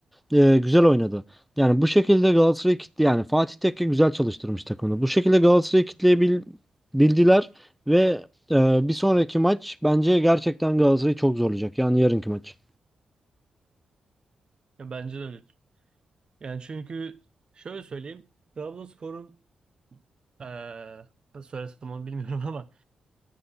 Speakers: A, in the centre; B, on the right (about 40°).
A: e, güzel oynadı. Yani bu şekilde Galatasaray'ı kitle yani Fatih Tekke güzel çalıştırmış takımını. Bu şekilde Galatasaray'ı kitleyebildiler ve e, bir sonraki maç bence gerçekten Galatasaray'ı çok zorlayacak. Yani yarınki maç.
B: Ya bence de öyle. Yani çünkü şöyle söyleyeyim. Trabzonspor'un eee nasıl söylesem onu bilmiyorum <laughs> ama